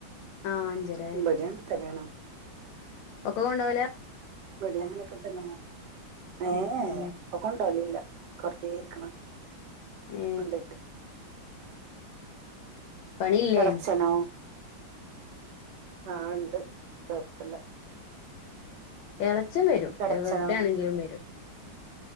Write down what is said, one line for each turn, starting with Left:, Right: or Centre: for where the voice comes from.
Left: ആ അഞ്ചര
Right: ഇബടെ അങ്ങൻ തന്നെ ആണ്
Left: ഒക്കൊ കൊണ്ടാവലാ
Right: ഇവട അങ്ങനൊക്കെ തന്നാണ് ഏഹ്ഇപ്പൊ
Left: ഏ
Right: കൊണ്ടാവലില്ല കയ വക്കണ <unintelligible>
Left: ഏ
Right: കണ്ടിട്ട് <unintelligible>
Left: പണിയില്ലേ
Right: എളച്ചനോ? ആഹ ഉണ്ട് കൊയപ്പല്ല
Left: എള ച്ച്ചൻ വരും
Right: എളച്ചനോ
Left: എവിടെയാണെങ്കിലും വരും